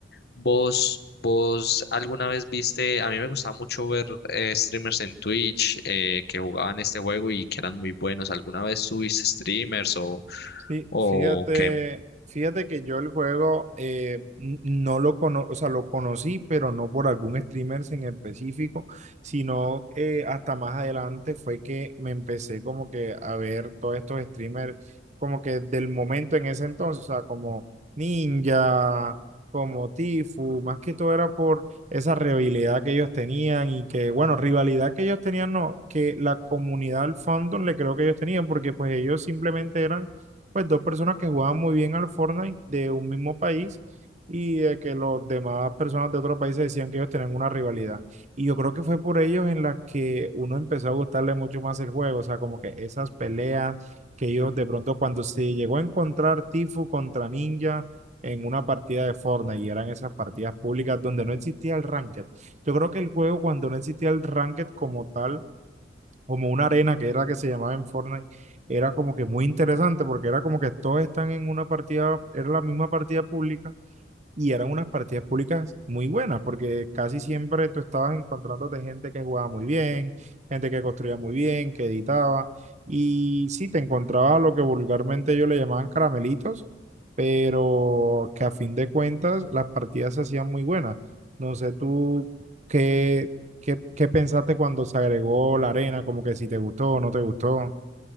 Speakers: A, on the left (about 60°); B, on the right (about 40°).
A: ¿Vos, vos alguna vez viste? A mí me gustaba mucho ver eh, streamers en Twitch eh, que jugaban este juego y que eran muy buenos. ¿Alguna vez tuviste streamers o,
B: Sí,
A: o
B: fíjate,
A: qué?
B: fíjate que yo el juego eh, n- no lo cono, o sea, lo conocí, pero no por algún streamer en específico, sino eh, hasta más adelante fue que me empecé como que a ver todos estos streamers como que del momento en ese entonces, o sea, como Ninja, como Tifu, más que todo era por esa rivalidad que ellos tenían y que, bueno, rivalidad que ellos tenían, no, que la comunidad al fandom le creo que ellos tenían, porque pues ellos simplemente eran pues dos personas que jugaban muy bien al Fortnite de un mismo país y de que los demás personas de otros países decían que ellos tenían una rivalidad. Y yo creo que fue por ellos en las que uno empezó a gustarle mucho más el juego, o sea, como que esas peleas que ellos de pronto cuando se llegó a encontrar Tifu contra Ninja en una partida de Fortnite y eran esas partidas públicas donde no existía el ranked. Yo creo que el juego cuando no existía el ranked como tal como una arena que era que se llamaba en Fortnite, era como que muy interesante porque era como que todos están en una partida, era la misma partida pública y eran unas partidas públicas muy buenas, porque casi siempre tú estabas encontrándote gente que jugaba muy bien, gente que construía muy bien, que editaba, y sí, te encontraba lo que vulgarmente ellos le llamaban caramelitos, pero que a fin de cuentas las partidas se hacían muy buenas. No sé tú qué, qué, qué pensaste cuando se agregó la arena, como que si te gustó o no te gustó.